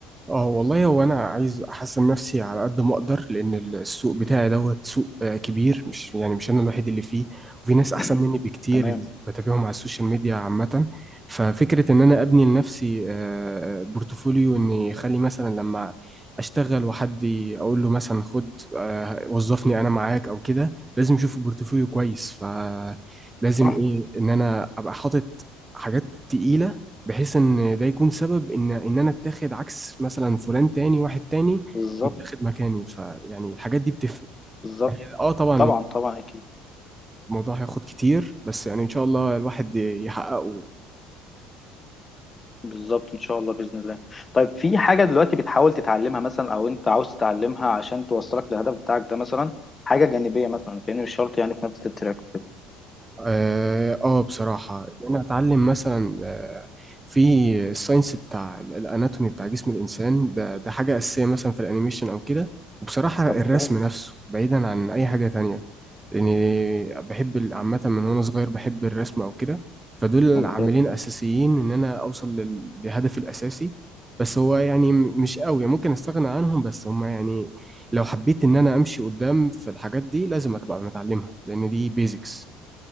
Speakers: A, on the right; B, on the left.
A: اه والله هو انا عايز احسن نفسي على قد ما اقدر لان السوق بتاعي دوت سوق آه، كبير مش يعني مش انا الوحيد اللي فيه وفي ناس احسن
B: <clears throat>
A: مني بكتير
B: تمام
A: اللي بتابعهم على السوشيال ميديا عامة ففكرة ان انا ابني لنفسي آه، بورتفوليو اني اخلي مثلا لما اشتغل وحد اقول له مثلا خد آه، وظفني انا معاك او كده لازم اشوف بورتفوليو كويس فلازم
B: صح
A: ايه ان انا ابقى حاطط حاجات تقيلة بحيث ان ده يكون سبب ان ان انا اتاخد عكس مثلا فلان تاني واحد تاني
B: بالظبط
A: يتاخد مكاني فيعني الحاجات دي بتفرق
B: بالظبط
A: اه طبعا
B: طبعا طبعا اكيد
A: الموضوع هياخد كتير بس يعني ان شاء الله الواحد يحققه
B: بالظبط ان شاء الله باذن الله طيب في حاجه دلوقتي بتحاول تتعلمها مثلا او انت عاوز تتعلمها عشان توصلك للهدف بتاعك ده مثلا حاجه جانبيه مثلا كأنه مش شرط يعني في نفس التراك وكده
A: اه آه، بصراحة إن انا اتعلم مثلا آه، في الساينس بتاع ال- الاناتومي بتاع جسم الانسان ده ده حاجة اساسية مثلا في الانيميشن او كده وبصراحة
B: طب
A: الرسم
B: كويس
A: نفسه بعيدا عن اي حاجة تانية لاني بحب ال- عامه من وانا صغير بحب الرسم او كده فدول
B: ممتاز
A: عاملين اساسيين ان انا اوصل لل- لهدفي الاساسي بس هو يعني م- مش قوي ممكن استغنى عنهم بس هم يعني لو حبيت ان انا امشي قدام في الحاجات دي لازم ابقى متعلمها لان دي بيزكس